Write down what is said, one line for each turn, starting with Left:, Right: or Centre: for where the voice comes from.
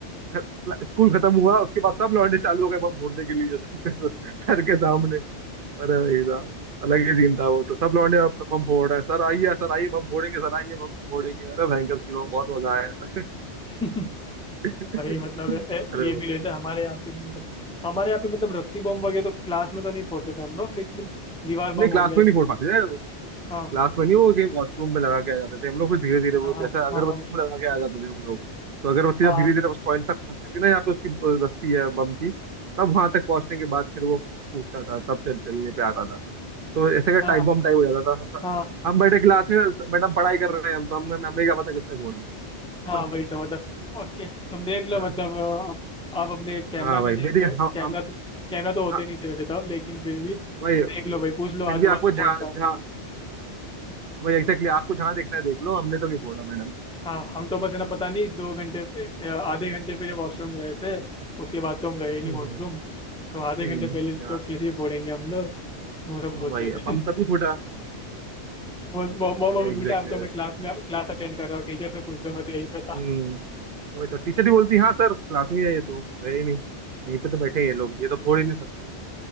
Right: ख- स्कूल खत्म हुआ उसके बाद सब लौंडे चालू हो गए बम फोड़ने के लिए सबके स- सर के सामने अरे भाई साहब, अलग ही सीन था वो तो सब लौंडे अब बम फोड़ रहे हैं सर आइए सर आइए बम फोड़ेंगे सर आइए बम फोड़ेंगे अरे भयंकर सीन हुआ, बहुत मजा आया था
Centre: <laughs>
Right: <laughs>
Centre: वही मतलब ए- ए-
Right: अरे
Centre: ये
Right: वो
Centre: भी
Right: तो-
Centre: रहता है हमारे यहाँ पे भी मतलब हमारे यहाँ पे मतलब रस्सी बम वगैरह तो क्लास में तो नहीं फोड़ते थे हम लोग लेकिन दीवार
Right: नहीं
Centre: बम
Right: क्लास
Centre: हो गया
Right: में नहीं फोड़ पाते थे
Centre: हाँ
Right: क्लास में नहीं वो कि वॉशरूम में लगा के आ जाते थे हम लोग फिर धीरे धीरे वो
Centre: हाँ हाँ
Right: जैसे अगरबत्ती
Centre: हाँ हाँ भाई,
Right: में लगा के आ जाते थे हम लोग तो अगरबत्ती
Centre: हाँ
Right: जब धीरे धीरे उस पॉइंट तक पहुंचती थी ना यहाँ पे उसकी अ, रस्सी है बम की तब वहां तक पहुंचने के बाद फिर वो फूटता था तब चल चलने पे आता था तो ऐसे का
Centre: हाँ
Right: टाइप
Centre: हाँ
Right: बम टाइप हो जाता था
Centre: हाँ
Right: स- हम बैठे क्लास में मैडम पढ़ाई कर रहे हैं हम तो हम हमें क्या पता किसने फोड़ा
Centre: हाँ
Right: बस
Centre: वही तो मतलब उसके तुम देख लो
Right: हाँ
Centre: मतलब अ, अब आप अपने कैमरा
Right: हाँ
Centre: में
Right: भाई
Centre: देख
Right: मेरी
Centre: लो
Right: हम
Centre: कैमरा
Right: हम
Centre: तो कैमरा तो होते
Right: हाँ,
Centre: नहीं थे वैसे तब लेकिन फिर भी
Right: भाई
Centre: देख लो भाई पूछ लो
Right: फिर
Centre: आजू
Right: भी आपको
Centre: बाजू
Right: जहाँ
Centre: कौन था
Right: जहाँ भाई एग्जैक्टली आपको जहाँ देखना है देख लो हमने तो नहीं फोड़ा मैडम
Centre: हाँ हम तो बस है ना पता नहीं दो घंटे पे- अ, आधे घंटे पहले वॉशरूम गए थे उसके बाद तो हम गए ही नहीं
Right: हम्म
Centre: वॉशरूम तो आधे
Right: हम्म,
Centre: घंटे पहले तो
Right: हाँ,
Centre: कैसे ही फोड़ेंगे हम लोग वो सब
Right: हाँ
Centre: बोलते
Right: भाई
Centre: थे <laughs>
Right: पंप तभी फूटा
Centre: बोल मो- मो-
Right: भाई
Centre: मम्मी
Right: एग्जैक्टली
Centre: बेटा अब तो मैं क्लास में क्लास अटेंड कर रहा हूँ टीचर से पूछ लो मैं तो यहीं पे था
Right: हम्म वही तो टीचर ही बोलती हाँ सर क्लास में ही है ये तो है ही नहीं यहीं पे तो बैठे हैं ये लोग ये तो फोड़ ही नहीं सकते